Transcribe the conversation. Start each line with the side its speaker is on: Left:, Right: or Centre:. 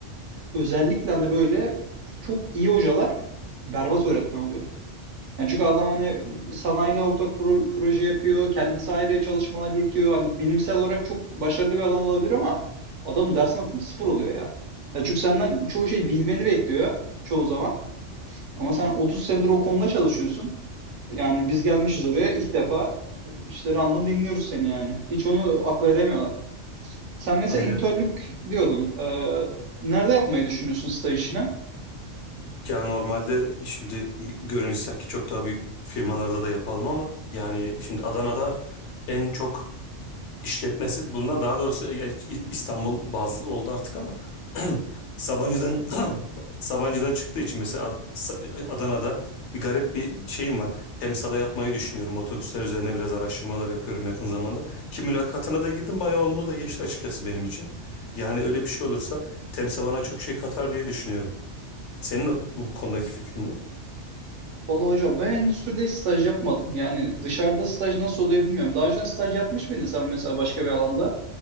Right: özellikle de böyle çok iyi hocalar berbat öğretmen oluyor. Yani çünkü adam hani sanayiyle ortak pro- proje yapıyor, kendisi ayrı çalışmalar yürütüyor. Hani bilimsel olarak çok başarılı bir adam olabilir ama adam ders anlatımı sıfır oluyor ya. Ya çünkü senden çoğu şeyi bilmeni bekliyor çoğu zaman. Ama sen 30 senedir o konuda çalışıyorsun. Yani biz gelmişiz oraya ilk defa işte random dinliyoruz seni yani. Hiç onu akıl edemiyorlar. Sen mesela
Left: Aynen.
Right: internlük diyordun. Ee, nerede yapmayı düşünüyorsun staj işini?
Left: Ya normalde şimdi görünüşler ki çok daha büyük firmalarda da yapalım ama yani şimdi Adana'da en çok işletmesi bulunan daha doğrusu e, İstanbul bazlı oldu artık ama <clears throat> Sabancı'dan <clears throat> Sabancı'dan çıktığı için mesela Ad- Sa- Adana'da bir garip bir şeyim var. Temsa'da yapmayı düşünüyorum. Otobüsler üzerine biraz araştırmalar yapıyorum yakın zamanda. Ki mülakatına da girdim. Bayağı olumlu da geçti açıkçası benim için. Yani öyle bir şey olursa Temsa bana çok şey katar diye düşünüyorum. Senin bu bu konudaki fikrin ne?
Right: Vallahi hocam ben endüstride hiç staj yapmadım. Yani dışarıda staj nasıl oluyor bilmiyorum. Daha önceden staj yapmış mıydın sen mesela başka bir alanda?